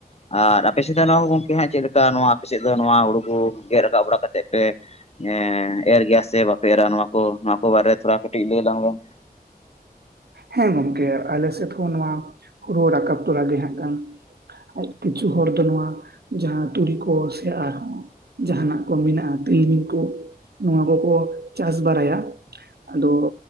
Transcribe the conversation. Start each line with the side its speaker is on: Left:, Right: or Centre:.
Left: ᱟᱨ ᱟᱯᱮ ᱥᱮᱫ ᱫᱚ ᱱᱚᱣᱟ ᱦᱚᱸ ᱜᱚᱝᱠᱮ ᱦᱟᱜ ᱪᱮᱫ ᱞᱮᱠᱟ ᱱᱚᱣᱟ ᱟᱯᱮ ᱥᱮᱫ ᱫᱚ ᱱᱚᱣᱟ ᱦᱩᱲᱩᱵᱩ ᱜᱮᱫ ᱨᱟᱠᱟᱵ ᱵᱟᱲᱟ ᱠᱟ ᱠᱟᱛᱮᱮᱫ ᱯᱮ ᱮ ᱮᱨ ᱜᱮᱭᱟ ᱥᱮ ᱵᱟᱯᱮ ᱮᱨᱟ ᱱᱚᱣᱟ ᱠᱚ ᱱᱚᱣᱟ ᱠᱚ ᱵᱟᱨᱮ ᱛᱷᱚᱲᱟ ᱠᱟᱹᱴᱤᱡ ᱞᱟᱹᱭ ᱟᱞᱟᱝ ᱵᱮᱱ?
Right: ᱦᱮᱸ ᱜᱚᱝᱠᱮ ᱟᱞᱮ ᱥᱮᱫ ᱦᱚᱸ ᱱᱚᱣᱟ ᱦᱩᱲᱩ ᱨᱟᱠᱟᱵ ᱛᱚᱨᱮ ᱜᱮ ᱦᱟᱸᱜᱠᱷᱟᱱ ᱟᱨ ᱠᱤᱪᱷᱩ ᱦᱚᱲ ᱫᱚ ᱱᱚᱣᱟ ᱡᱟᱦᱟᱸ ᱛᱩᱲᱤ ᱠᱚ ᱥᱮ ᱟᱨᱦᱚᱸ ᱡᱟᱦᱟᱸᱱᱟᱜ ᱠᱚ ᱢᱮᱱᱟᱜᱼᱟ ᱛᱤᱞᱢᱤᱧ ᱠᱚ ᱱᱚᱣᱟ ᱠᱚᱠᱚ ᱪᱟᱥ ᱵᱟᱲᱟᱭᱟ᱾ ᱟᱫᱚ